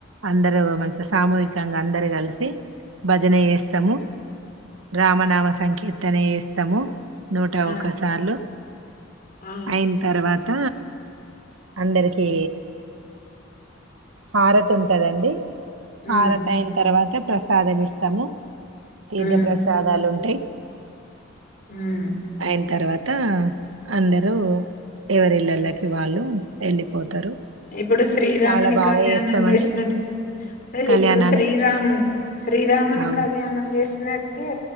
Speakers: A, on the right; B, on the left.
A: అందరు మంచిగ సామూహికంగా అందరు కలిసి భజన
B: హ్మ్.
A: చేస్తము రామనామ
B: హ్మ్.
A: సంకీర్తన చేస్తాము నూట
B: ఆ!
A: ఒక్క సార్లు
B: ఆ!
A: అయిన తర్వాత అందరికి హారతి ఉంటదండి
B: హ్మ్.
A: హారత అయిన తర్వాత ప్రసాదం ఇస్తాము తీర్థ
B: హ్మ్.
A: ప్రసాదాలు ఉంటాయి
B: హ్మ్.
A: అయిన తర్వాత అందరూ ఎవరిళ్లళకి వాళ్ళు వెళ్ళిపోతారు
B: ఇప్పుడు శ్రీరాముని
A: చాలా బాగా
B: కళ్యాణం
A: చేస్తామండి
B: చేసినట్టు అంటే
A: కళ్యాణాన్ని
B: ఇప్పుడు శ్రీరామున్ శ్రీరామున్
A: అవును
B: కళ్యాణం చేస్త నట్టే